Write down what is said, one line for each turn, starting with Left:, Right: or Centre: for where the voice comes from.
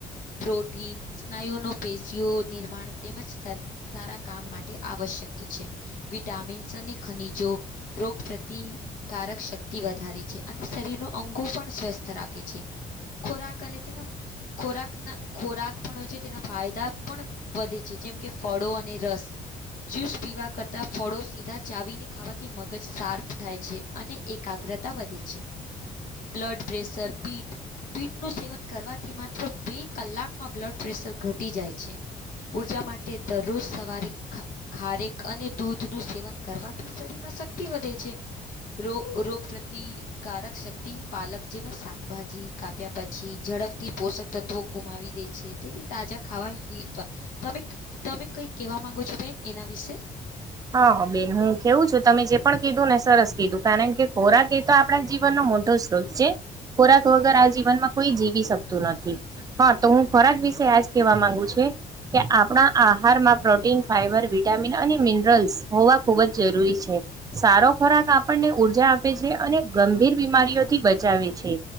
Left: પ્રોટીન, સ્નાયુ ન પેશીઓ નિર્માણ તેમજ સારા કામ માટે આવશ્યક છે, વિટામિન્સ અને ખનીજો રોગ શક્તિકારક શક્તિ વધારે છે, અને શરીર ન અંગો પણ સ્વસ્થ રાખે છે. ખોરાક અને તેના ખોરાકના ખોરાક પણ હોય છે, તેના ફાયદા પણ વધે છે, જેમ કે ફળો અને રસ જ્યુસ પીવા કરતા ફળો સીધા ચાવીને ખાવાથી મગજ સાર્પ થાય છે, અને એકાગ વધે છે, બ્લડ પ્રેશર બીટ બીટનું સેવન કરવાથી, માત્ર બે કલાકમાં બ્લડ પ્રેશર ઘટી જાય છે. ઉર્જા માટે તે દરરોજ, સવારે ખારેક અને દૂધ નું સેવન કરવાથી શરીર માં શક્તિ વધે છે. કે ર રોગ પ્રતિકારક શક્તિ, પાલક જેવા શાકભાજી કાપ્યા પછી જ. ઝડફથી પોષક તત્વો ગુમાવી દે છે, તેથી તાજા ખાવા તમે તમે કઈ કેવા માંગો છો, બેન એના વિશે
Right: હા, હ બેન હું કેવું છું, તમે જે પણ કીધું ને સરસ કીધું કારણ, કે ખોરાક એ તો આપણા જીવનનો મોટો શ્રોત છે. ખોરાક વગર આ જીવનમાં કોઈ જીવી શકતું નથી હા તો હું ખોરાક વિશે આજ કેવા માંગુ છું કે આપણા આહારમાં પ્રોટીન ફાઈબર વિટામિન અને મિ મિનરલ્સ હોવા ખૂબ જ જરૂરી છે સારો ખોરાક આપણને ઉર્જા અને ગંભીર બીમારીઓથી બચાવે છે